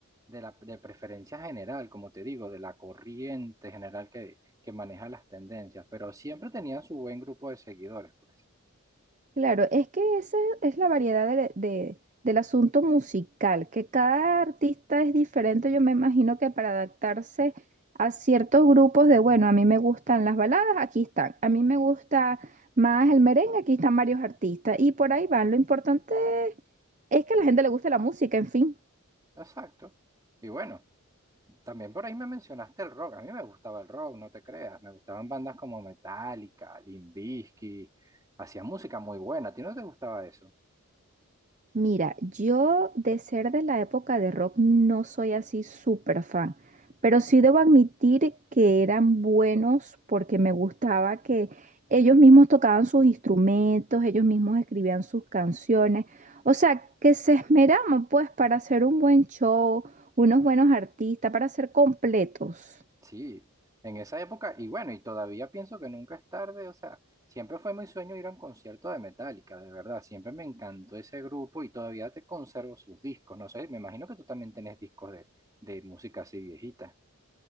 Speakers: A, on the right (about 15°); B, on the right (about 35°).
A: de la de preferencia general, como te digo, de la corriente general que, que maneja las tendencias, pero siempre tenían su buen grupo de seguidores, pues.
B: Claro, es que esa es la variedad de- de- del asunto musical, que cada artista es diferente, yo me imagino que para adaptarse a ciertos grupos de, bueno, a mí me gustan las baladas, aquí están, a mí me gusta más el merengue, aquí están varios artistas, y por ahí van. Lo importante es que a la gente le guste la música, en fin.
A: Exacto. Y bueno, también por ahí me mencionaste el rock. A mí me gustaba el rock, no te creas. Me gustaban bandas como Metallica, Limp Bizkit. Hacían música muy buena. ¿A ti no te gustaba eso?
B: Mira, yo de ser de la época de rock no soy así súper fan, pero sí debo admitir que eran buenos porque me gustaba que ellos mismos tocaban sus instrumentos, ellos mismos escribían sus canciones, o sea, que se esmeraban pues para hacer un buen show, unos buenos artistas, para ser completos.
A: Sí, en esa época. Y bueno, y todavía pienso que nunca es tarde. O sea, siempre fue mi sueño ir a un concierto de Metallica, de verdad. Siempre me encantó ese grupo y todavía te conservo sus discos. No sé, me imagino que tú también tenés discos de, de música así viejita.